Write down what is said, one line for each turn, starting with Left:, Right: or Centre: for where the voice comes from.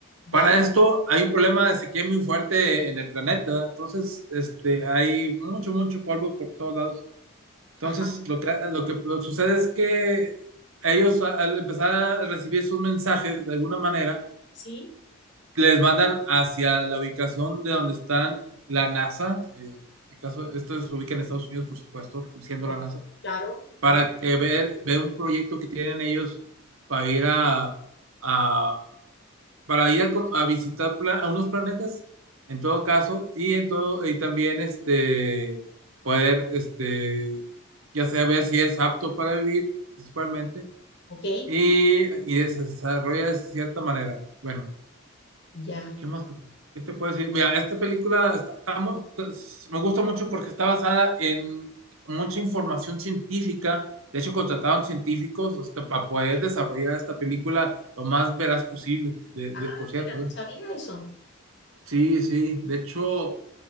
Left: ya.
Right: Para esto, hay un problema de sequía muy fuerte en el planeta, ¿verdad? Entonces, este, hay mucho, mucho polvo por todos lados. Entonces,
Left: Ajá,
Right: lo que, lo que lo sucede es que ellos, a- al empezar a recibir esos mensajes, de alguna manera,
Left: sí.
Right: les mandan hacia la ubicación de donde están la NASA, eh, el caso, esto se ubica en Estados Unidos, por supuesto, siendo
Left: o-
Right: la NASA,
Left: claro,
Right: para
Left: claro.
Right: eh, ver, ver un proyecto que tienen ellos para ir a, a- para ir a, a visitar pla- a unos planetas, en todo caso, y en todo, y también este poder este ya sea ver si es apto para vivir, principalmente,
Left: Ok,
Right: y, y se desarrolla de cierta manera. Bueno.
Left: ya.
Right: ¿Qué más? te- ¿Qué te puedo decir? Mira, esta película está- está mu- es- me gusta mucho porque está basada en mucha información científica. De hecho, contrataron científicos este, para poder desarrollar esta película lo más veraz posible, de, de-
Left: Ah,
Right: por cierto.
Left: mira, no
Right: ¿eh?
Left: sabía eso.
Right: Sí, sí. De hecho,